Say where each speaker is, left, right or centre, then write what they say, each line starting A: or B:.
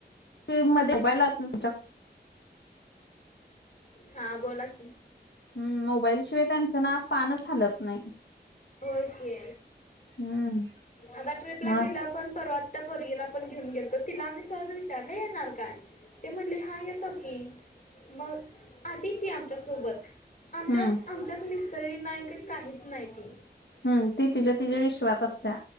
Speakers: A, on the left; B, on the left.
A: त मध्ये <unintelligible> तेचा.
B: हा, बोला की.
A: हम्म मोबाईलशिवाय त्यांचं ना पानच हालत नाही.
B: होय की
A: हम्म
B: आता ट्रीपला
A: मग
B: गेलं पण परवात त्या पोरगीला पण घेऊन गेलतो तीला आम्ही सहज विचारला येणार काय ते म्हणले हा येतं की मग आली ती आमच्यासोबत. आमच्या
A: हम्म
B: आमच्यात मिसळीली नाही का काहीच नाही ती.
A: हम् ती तिच्या तिच्या विश्वात असत्या.